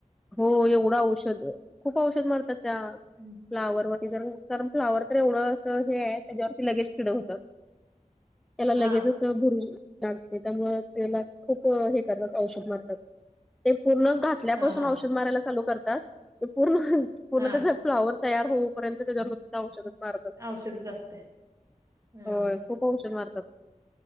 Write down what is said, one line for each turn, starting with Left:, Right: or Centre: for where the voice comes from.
Centre: हो एवढं औषध खूप औषध मारतात त्या
Right: हम्.
Centre: फ्लावरती ज कारण फ्लावर तर एवढं. हे आहे त्याच्यावरती लगेच कीड होत त्याला लगेचच
Right: हा
Centre: भुर लागते त्यामु त्याला खूप हे करण औषध मारतात. ते पूर्ण घातल्यापासून
Right: हा हा
Centre: औषध मारायला चालू करतात पूर्ण पूर्ण
Right: हा
Centre: फ्लावर तया होऊपर्यंत त्याच्यावर नुतीत औषधच मार.
Right: औषधच असते ह
Centre: हो खूप शन मारतात.